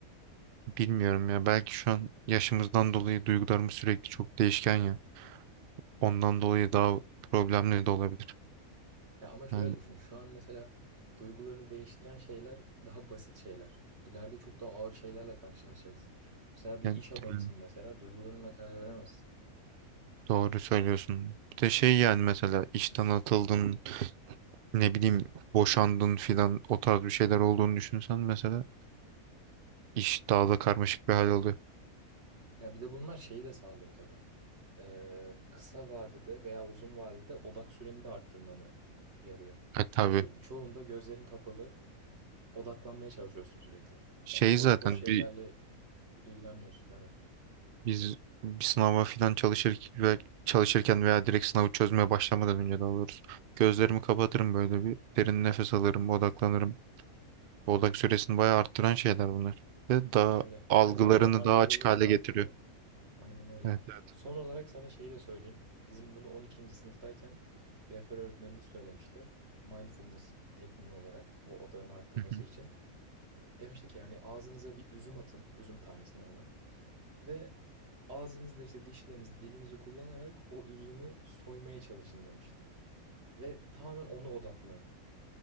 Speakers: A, on the right; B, on the right.
A: Bilmiyorum ya belki şu an yaşımızdan dolayı duygularımız sürekli çok değişken ya. Ondan dolayı daha problemli de olabilir.
B: Ya ama şöyle
A: Yani,
B: düşün. Şu an mesela duygularını değiştiren şeyler daha basit şeyler. İleride çok daha ağır şeylerle karşılaşacaksın. Mesela bir
A: yani
B: iş adamısın
A: yani
B: mesela duygularınla karar veremezsin.
A: doğru söylüyorsun. Bir de şey yani mesela işten atıldın, ne bileyim boşandın filan o tarz bir şeyler olduğunu düşünsen mesela iş daha da
B: Evet.
A: karmaşık bir hal alıyor.
B: Ya bir de bunlar şeyi de sağlıyor tabii. Ee, kısa vadede veya uzun vadede odak süreni de arttırmanı yarıyor.
A: E tabii
B: Çünkü çoğunda gözlerin kapalı, odaklanmaya çalışıyorsun sürekli.
A: şey
B: Yani boş
A: zaten
B: boş şeylerle
A: bir
B: ilgilenmiyorsun. Evet.
A: biz bir sınava filan çalışır ve çalışırken veya direkt sınavı çözmeye başlamadan önce daha doğrusu gözlerimi kapatırım böyle bir derin nefes alırım, odaklanırım. Odak süresini bayağı arttıran şeyler bunlar. Ve daha
B: Öyle.
A: algılarını
B: Aynı zamanda farkındalığını
A: daha açık hale
B: da arttırıyor.
A: getiriyor.
B: Aynen öyle.
A: Evet, evet.
B: Son olarak sana şeyi de söyleyeyim. Bizim bunu 12. sınıftayken rehber öğretmenimiz söylemişti. Mindfulness tekniği olarak o odağını arttırması
A: Hı hı.
B: için. Demişti ki yani ağzınıza bir üzüm atın. Üzüm tanesi normal. Ve ağzınızda işte dişlerinizi, dilinizi kullanarak o üzümü soymaya çalışın demişti. Ve tamamen ona odaklanın.